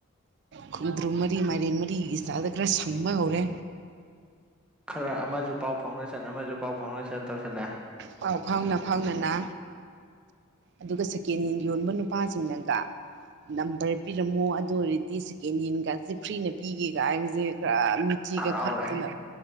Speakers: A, on the right; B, in the centre.
A: ꯈꯣꯡꯗ꯭ꯔꯨ ꯃꯔꯤ ꯃꯥꯏꯔꯦꯟ ꯃꯔꯤꯒꯤꯆꯥꯗ ꯈꯔ ꯁꯝꯕ ꯍꯧꯔꯦ
B: ꯈꯔ ꯑꯃꯁꯨ ꯄꯥꯎ ꯐꯥꯎꯗꯦꯁꯟ ꯑꯃꯁꯨ ꯄꯥꯎ ꯐꯥꯎꯟꯗꯦꯁꯟ ꯇꯧꯁꯜꯂꯛꯑꯦ
A: ꯄꯥꯎ ꯐꯥꯎꯅ ꯐꯥꯎꯅꯅ ꯑꯗꯨꯒ ꯁꯦꯀꯦꯟ ꯍꯦꯟ ꯌꯣꯟꯕ ꯅꯨꯄꯥꯁꯤꯡꯅꯒ ꯅꯝꯕꯔ ꯄꯤꯔꯝꯃꯣ ꯑꯗꯨ ꯑꯣꯏꯔꯗꯤ ꯁꯦꯀꯦꯟ ꯍꯦꯟꯒꯥꯁꯦ ꯐ꯭ꯔꯤꯅ ꯄꯤꯒꯦꯒ ꯍꯥꯏꯕꯁꯦ ꯈꯔ ꯃꯤꯆꯤꯒ
B: ꯍꯔꯥꯎꯔꯦ
A: ꯈꯛꯇꯅ